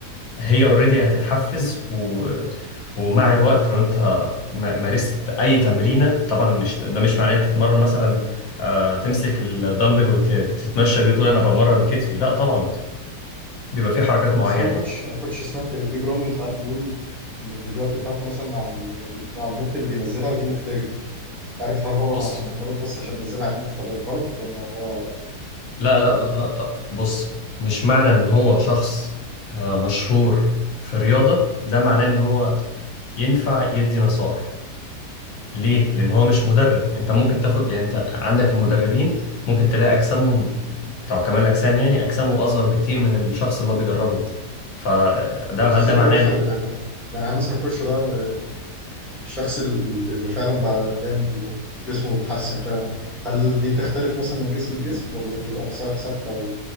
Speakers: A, on the left; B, in the centre.
A: هي اوريدي هتتحفز و... ومع الوقت لو انت ما- مارست اي تمرينه طبعا مش ده مش معناه انت تتمرن مثلا آه، تمسك الدمبل وتتمشى بيه وتقول انا بمرن كتفي لا طبعا بيبقى في حركات معينه
B: بس انا يا كوتش انا كوتش سمعت بيج رامي ساعات بيقول ان الفيديوهات بتاعته مثلا على ال- على النت اللي بينزلها دي مفيده جدا عارف هل هو
A: بص
B: عشان مجرد بس عشان نزلها على النت فبقت غلط ولا هو
A: لا
B: ايه
A: لا لا لا طب بص مش معنى ان هو شخص آه، مشهور في رياضه ده معناه ان هو ينفع يدي نصائح ليه؟ لأن هو مش مدرب أنت ممكن تاخد يعني أنت عندك المدربين ممكن تلاقي أجسامهم بتوع كمال الأجسام يعني أجسامهم أصغر بكتير من الشخص اللي هو بيدربه فده
B: طب
A: هل
B: تفتكر
A: ده معناه
B: ايه الفرق
A: إن-
B: يعني يعني هل مثلا الكوتش ده م- الشخص ال- اللي فعلا بقى جامد وجسمه اتحسن فعلا هل دي بتختلف مثلا من جسم لجسم ولا هي بتبقى نصايح ثابتة